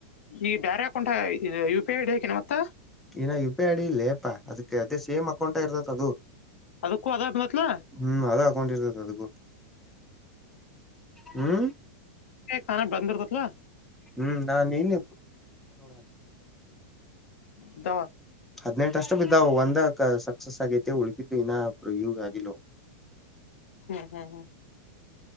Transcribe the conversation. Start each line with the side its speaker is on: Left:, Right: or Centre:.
Left: ಈ ಬೇರೆ account U P I ID ಹಾಕೇನ ಮತ್ತ
Centre: ಇನ ಯು ಪಿ ಅಡಿ ಇಲ್ಲೇಪಾ ಅದಕ್ಕೆ ಅದೇ ಸೇಮ್ ಅಕೌಂಟ ಇರ್ತದ ಅದು
Left: ಅದು ಕೂ ಅದ ಮತ್ತಲ
Centre: ಹ್ಮ್ ಅದ ಅಕೌಂಟ್ ಇರ್ತತ್ ಅದಕ್ಕೂ ಹ್ಮ್
Left: ಕಾನ ಬಧರತವಾ
Centre: ಹ್ಮ್ ನಾನ್ ನೀನ್ನ್
Left: ಇದ
Centre: ಹ ಅಷ್ಟ ಬಿದ್ದ ಒಂದ ಸಕ್ಸಸ್ ಆಗೈತೆ ಉಳಗಿದ್ದು ಇನ್ನ ಇ ಆಗಲು
Left: ಹ್ಮ್ ಹ್ಮ್ ಹ್ಮ್